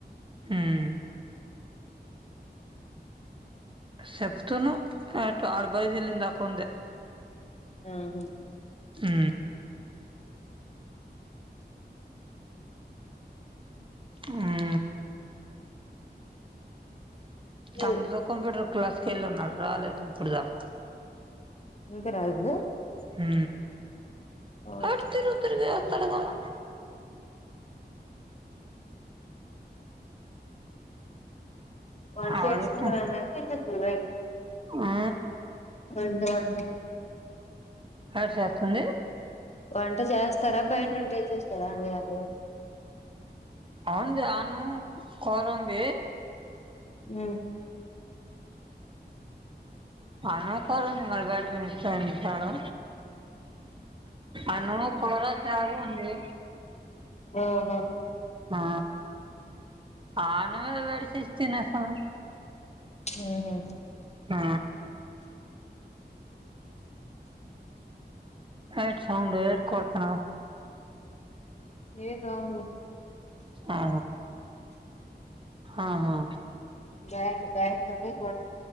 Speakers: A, on the right; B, on the left.
A: ఉమ్ సేప్తున్నావ్ అటు ఆడు బైదీలిందకుందే
B: ఆహా
A: అ అ
B: లేదు
A: తమ్ముడుతో కంప్యూటర్ క్లాస్ క వెళ్ళి ఉన్నాడు రాలేదు ఇప్పుడు దాకా
B: ఇంకా రాలేదు గా
A: హ
B: ఓకే
A: ఆట్తిరు తర్గా అడగాలా
B: వాళ్ళు
A: ఆడిష్టం
B: చేసుకుంటా అంటే తెచేతవ ఏటి
A: ఆ
B: వంట వండు
A: కడ్ చేస్తుంది
B: వంట చేస్తారా బయట నుండి చేస్తారా అండారు
A: అవుంది అను కోర ఉంది
B: ఆ
A: ఆ అన్నం కోరు ఉంది మరబాడ్ద తిని వత అంటున్నాడు అన్నము కొరా చారు ఉంది
B: ఆహా
A: ఆ అన్నమే వేడి చేసి తినేస్తాను
B: అహా
A: ఆ ఏట్ సౌండు ఏ కొడుతున్నావు
B: ఏ దోమలు
A: ఆ ఆహా
B: దాయక దాయక తోటె కో